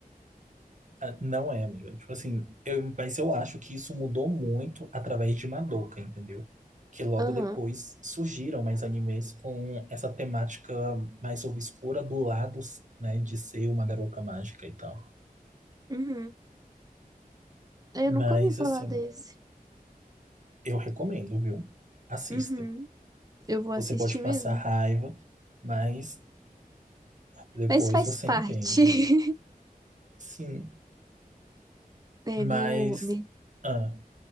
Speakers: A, on the right; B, on the right.
A: Ah, Não é, amiga. Tipo assim, eu, mas eu acho que isso mudou muito através de Madoka, entendeu? Que logo
B: Aham.
A: depois surgiram mais animes com essa temática mais obscura do lado, né, de ser uma garota mágica e tal.
B: Uhum. Eu
A: Mas
B: nunca ouvi falar
A: assim,
B: desse.
A: eu recomendo, viu? Assista.
B: Uhum. Eu vou assistir
A: Você pode passar
B: mesmo.
A: raiva, mas depois
B: Mas faz
A: você
B: parte.
A: entende.
B: <laughs>
A: Sim,
B: É,
A: mas.
B: no, né,
A: Ah,